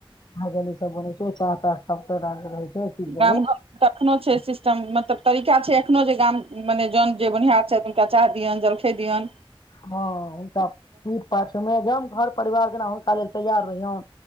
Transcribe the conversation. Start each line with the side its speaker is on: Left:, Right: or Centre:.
Left: भजन सब बनै छै चाय सब त रहै छै चीज के
Right: गाम
Left: लेल
Right: घरमे त एखनो छै सिस्टम मतलब तरीका छै एखनो जे गाम मने जन जे बोनिहार छथि चाय दिअनि जलखै दिऔनि
Left: हँ हुनका पीठ पाठ मे ज हम घर परिवार जेना हुनका लेल तैयार रहियन